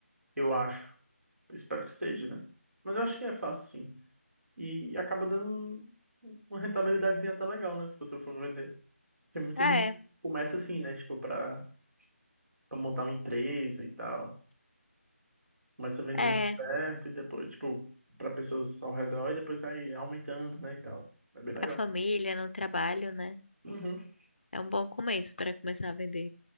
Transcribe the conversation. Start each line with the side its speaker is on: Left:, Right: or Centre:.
Right: Eu acho. Eu espero que seja, né? Mas eu acho que é fácil, sim. E acaba dando um- uma rentabilidadezinha até legal, né? Se você for vender. Tem muita
Left: É,
Right: gente que começa assim, né? Tipo, pra pra montar uma empresa e tal. Começa vendendo
Left: é.
Right: perto e depois, tipo, pra pessoas ao redor e depois vai aumentando, né, e tal. É bem legal.
Left: Pra família, no trabalho, né?
Right: Uhum.
Left: É um bom começo para começar a vender.